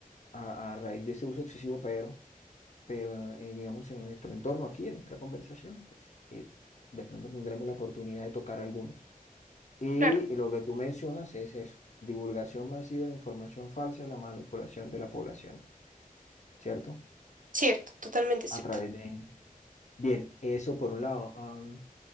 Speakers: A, on the left; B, on the right.
A: a, a raíz de ese uso excesivo, pero, pero eh, digamos en nuestro entorno aquí, en nuestra conversación, pues eh, de pronto tendremos la oportunidad de tocar algunos. Y
B: claro.
A: lo que tú mencionas es eso, divulgación masiva de información falsa y la manipulación de la población, ¿cierto?
B: Cierto, totalmente cierto.
A: A través de... Bien, eso por un lado. Um,